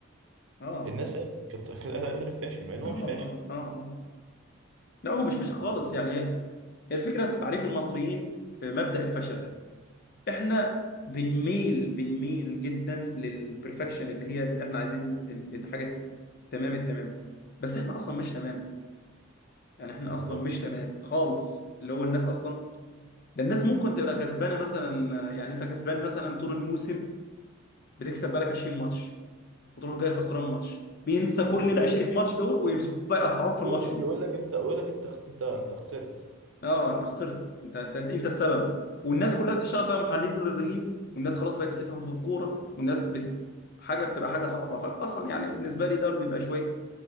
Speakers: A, on the left; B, on the right.
A: اه
B: الناس فا- كانت كانت قاعده عليه مدرب فاشل مع ان هو
A: اه
B: مش فاشل
A: اه اه اه لا هو مش فاشل
B: ف-
A: خالص يعني هي الفكره في تعريف المصريين في مبدأ الفشل احنا بنميل بنميل جدا للبرفكشن اللي هي اللي احنا عايزين ال- الحاجه تمام التمام بس احنا اصلا مش تمام يعني احنا
B: بالظبط
A: اصلا مش تمام خالص اللي هو الناس اصلا ده الناس ممكن تبقى كسبانه مثلا يعني انت كسبان مثلا طول الموسم بتكسب بالك 20 ماتش وتروح جاي خسران ماتش بينسى كل
B: الناس
A: ال 20 ماتش دول ويمسكوك بقى يقطعوك في
B: بيقول
A: الماتش ده
B: بيقول لك انت بيقول لك انت انت انت خسرت
A: اه انت خسرت انت انت, انت السبب والناس كلها بتشتغل بقى محللين رياضيين والناس خلاص بقت بتفهم في الكوره والناس بت... حاجه بتبقى حاجه صعبه فاصلا يعني بالنسبه لي ده بيبقى شويه